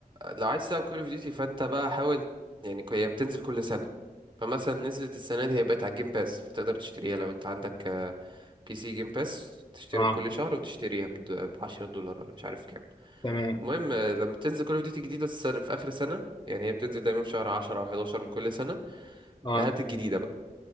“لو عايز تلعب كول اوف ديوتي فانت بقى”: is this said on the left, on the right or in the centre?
Right